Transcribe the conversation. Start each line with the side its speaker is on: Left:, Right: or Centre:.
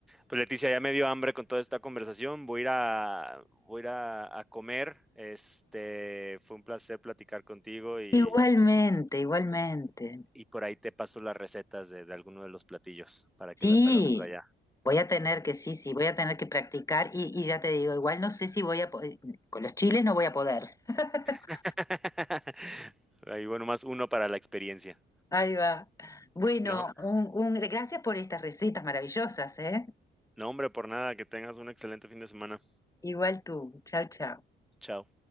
Centre: Pues Leticia, ya me dio hambre con toda esta conversación. Voy a ir a, voy a, ir a, a comer. Este, fue un placer platicar contigo y,
Left: Igualmente, igualmente.
Centre: y por ahí te paso las recetas de, de alguno de los platillos para
Left: Sí,
Centre: que las hagas por allá.
Left: voy a tener que, sí, sí, voy a tener que practicar y, y ya te digo, igual no sé si voy a, po- eh, con los chiles no voy a poder. <laughs>
Centre: <laughs> Ahí, bueno, más uno para la experiencia,
Left: Ahí va. Bueno,
Centre: ¿no?
Left: un, un, gracias por estas recetas maravillosas, ¿eh?
Centre: No, hombre, por nada, que tengas un excelente fin de semana.
Left: Igual tú, chao, chao.
Centre: Chao.